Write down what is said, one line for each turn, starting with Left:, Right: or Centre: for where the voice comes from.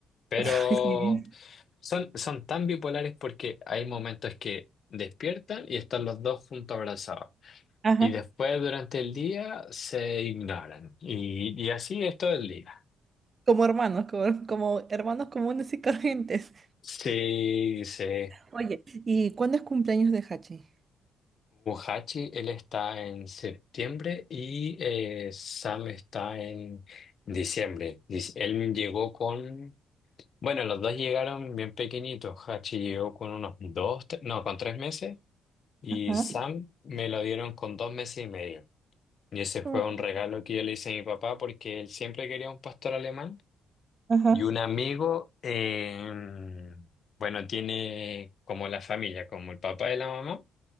Left: Pero
Right: Ay, sí.
Left: son, son tan bipolares porque hay momentos que despiertan y están los dos juntos abrazados
Right: Ajá.
Left: y después durante el día se ignoran. Y, y así es todo el día.
Right: Como hermanos, como, como hermanos comunes y corrientes.
Left: Sí, sí
Right: Oye, ¿y cuándo es cumpleaños de Hachi?
Left: Hachi, él está en septiembre y eh, Sam está en diciembre. Dice, él llegó con, bueno, los dos llegaron bien pequeñitos. Hachi llegó con unos dos, tre- no, con tres meses y
Right: Ajá.
Left: Sam me lo dieron con dos meses y medio. Y ese fue
Right: Oh,
Left: un regalo que yo le hice a mi papá porque él siempre quería un pastor alemán.
Right: Ajá.
Left: Y un amigo, em, bueno, tiene como la familia, como el papá de la mamá,